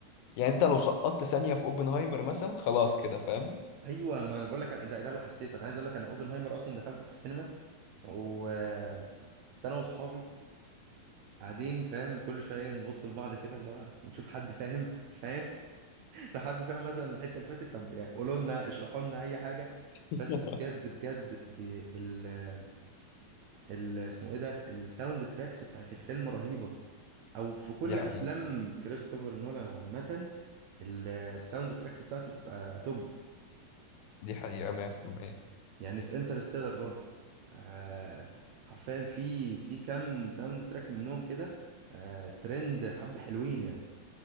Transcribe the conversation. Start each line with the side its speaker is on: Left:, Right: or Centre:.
Left: يعني انت لو سقطت ثانيه في اوبنهايمر مثلا خلاص كده فاهم
Right: ايوه ما انا بقول لك انا ده, ده اللي حسيته انا عايز اقول لك انا اوبنهايمر اصلا دخلته في السينما وكنت انا واصحابي قاعدين فاهم كل شويه نبص لبعض كده اللي هو نشوف حد فاهم مش فاهم <laughs> لو حد فاهم مثلا الحته اللي فاتت طب يعني قولوا لنا اشرحوا لنا اي حاجه بس
Left: <laughs>
Right: بجد بجد بال ال اسمه ايه ده الساوند تراكس بتاعت الفيلم رهيبه او في كل
Left: دي حقيقه
Right: افلام كريستوفر نولان عامه الساوند تراكس بتاعته بتبقى توب
Left: دي حقيقه 100%
Right: يعني في انترستيلر برضو آه حرفيا في في كام ساوند تراك منهم كده آه ترند حبة حلوين يعني